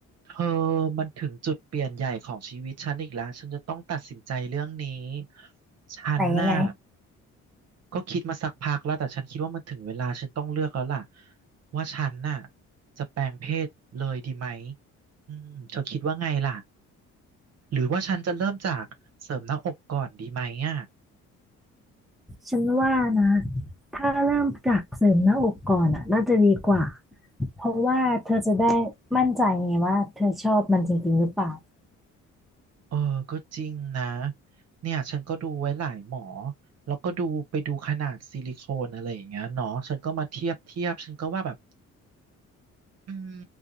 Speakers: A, on the right; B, in the centre.
A: เธอมันถึงจุดเปลี่ยนใหญ่ของชีวิตฉันอีกแล้ว ฉันจะต้องตัดสินใจเรื่องนี้ ฉันน่ะ
B: ไหนยังไง
A: ก็คิดมาสักพักแล้วแต่ฉันคิดว่ามันถึงเวลาฉันต้องเลือกแล้วล่ะว่าฉันน่ะจะแปลงเพศเลยดีไหมอืมเธอคิดว่าไงล่ะ หรือว่าฉันจะเริ่มจากเสริมหน้าอกก่อนดีไหมอ่ะ
B: ฉันว่านะ ถ้าเริ่มจากเสริมหน้าอกก่อนอ่ะน่าจะดีกว่า เพราะว่าเธอจะได้มั่นใจไงว่าเธอชอบมันจริงๆหรือเปล่า
A: เออก็จริงนะเนี่ยฉันก็ดูไว้หลายหมอแล้วก็ดูไปดูขนาดซิลิโคนอะไรอย่างเงี้ยเนาะฉันก็มาเทียบเทียบฉันก็ว่าแบบ อืม